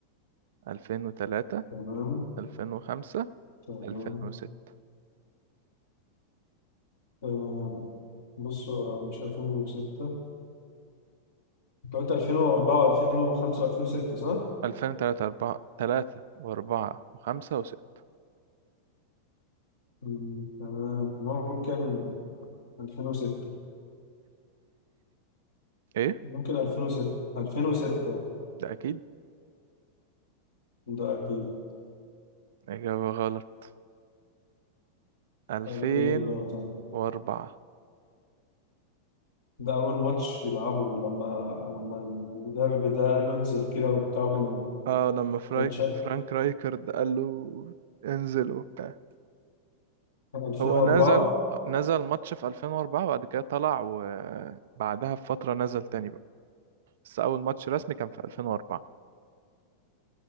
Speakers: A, on the right (about 55°); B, on the left (about 65°).
A: ألفين وتلاتة
B: تمام
A: ألفين وخمسة
B: تمام
A: ألفين وستة.
B: تمام بص هو مش 2006 انت قلت 2004 و2005 و2006 صح؟
A: ألفين وتلاتة أربعة تلاتة وأربعة وخمسة وستة
B: مم، تمام ممكن 2006
A: إيه؟
B: ممكن 2006 2006
A: ده أكيد
B: ده اكيد
A: إجابة غلط ألفين
B: طب ايه الاجابة طيب.
A: وأربعة
B: ده أول ماتش يلعبه لما لما المدرب ده قال له انزل كده وبتاع وكان
A: آه لما فرايك
B: كان شا...
A: فرانك رايكرد قال له انزل وبتاع
B: كان 2004
A: هو نزل نزل ماتش في 2004 وبعد كده طلع وبعدها بفترة نزل تاني بقى بس أول ماتش رسمي كان في 2004